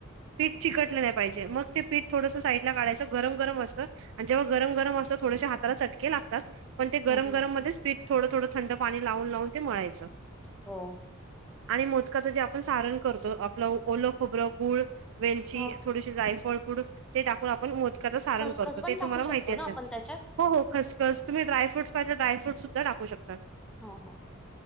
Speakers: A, on the right; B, in the centre.
A: पीठ चिकटले
B: हम्म
A: नाही पाहिजे मग- ते पीठ थोडसं साईड ला काढायचं. गरम, गरम असतं आणि जेव्हा गरम, गरम असतं थोडसे हाताला चटके लागतात. पण ते
B: हम्म
A: गरम, गरम मध्येच पीठ थोडं, थोडं थंड पाणी लावून, लावून ते मळायचं.
B: हो.
A: आणि मोदकाचं जे आपण सारण करतो, आपलं ओलं खोबरं, गुळ, वेलची
B: हो
A: थोडीशी- जायफळ पूड टाकून आपण ते मोदकाच सारण
B: खसखस
A: करतो,
B: पण
A: ते
B: टाकू
A: तुम्हाला
B: शकतो
A: माहिती असेल?
B: ना आपण त्याच्यात?
A: हो, हो, खसखस तुम्ही डायफ्रट् पाहिजे, ड्रायफ्रूटस सुध्दा टाकू शकता.
B: हं, हं, हं.